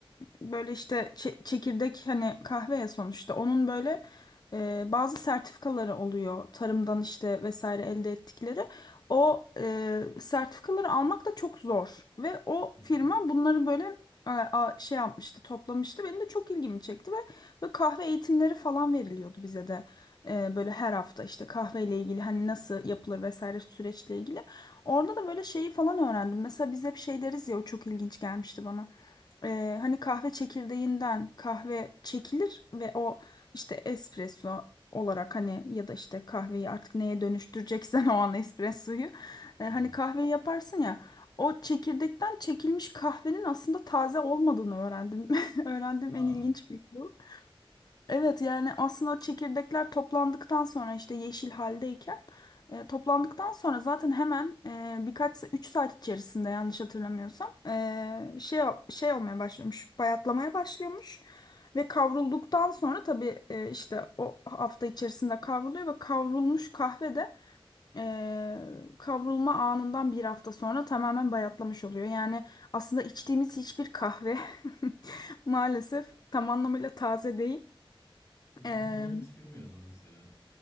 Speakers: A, on the left; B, on the left.
A: böyle işte çe- çekirdek hani kahve ya sonuçta onun böyle e, bazı sertifikaları oluyor tarımdan işte vesaire elde ettikleri. O e, sertifikaları almak da çok zor ve o
B: Hı
A: firma
B: hı.
A: bunları böyle e, a- şey yapmıştı, toplamıştı. Benim de çok ilgimi çekti ve Böyle kahve eğitimleri falan veriliyordu bize de. Ee, böyle her hafta işte kahveyle ilgili hani nasıl yapılır vesaire süreçle ilgili. Orada da böyle şeyi falan öğrendim. Mesela biz hep şey deriz ya o çok ilginç gelmişti bana. Ee, hani kahve çekirdeğinden kahve çekilir ve o işte espresso olarak hani ya da işte kahveyi artık neye dönüştüreceksen <laughs> o an espressoyu e, hani
B: Evet.
A: kahveyi yaparsın ya o çekirdekten çekilmiş kahvenin aslında taze olmadığını öğrendim. <laughs> Öğrendim
B: Aa,
A: en ilginç bilgi bu. Evet yani aslında çekirdekler toplandıktan sonra işte yeşil haldeyken e, toplandıktan sonra zaten hemen e, birkaç 3 saat içerisinde yanlış hatırlamıyorsam e, şey şey olmaya başlıyormuş bayatlamaya başlıyormuş ve kavrulduktan sonra tabii e, işte o hafta içerisinde kavruluyor ve kavrulmuş kahve de e, kavrulma anından bir hafta sonra tamamen bayatlamış oluyor. Yani aslında içtiğimiz hiçbir kahve <laughs> maalesef tam anlamıyla taze değil.
B: ya
A: Eee,
B: ben bunu hiç bilmiyordum mesela.